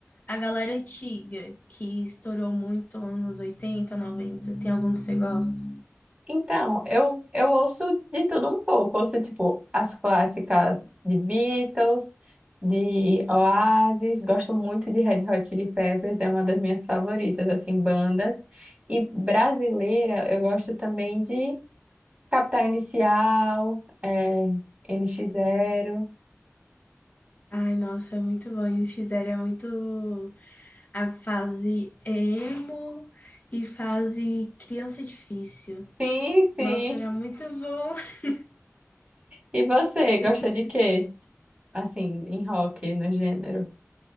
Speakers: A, on the left; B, on the right.
A: A galera antiga, que estourou muito anos 80, 90, tem algum que você gosta?
B: então eu, eu ouço de tudo um pouco. Ouço, tipo, as clássicas de Beatles, de Oasis. Gosto muito de Red Hot Chili Peppers, é uma das minhas favoritas, assim, bandas. E brasileira, eu gosto também de Capital Inicial, é, N NX Zero.
A: Ai, nossa, é muito bom. Eles fizeram é muito a fase emo e fase criança difícil.
B: Sim, sim.
A: Nossa, era muito bom. <laughs>
B: E você, gosta
A: Eles
B: de quê? Assim, em rock, no gênero?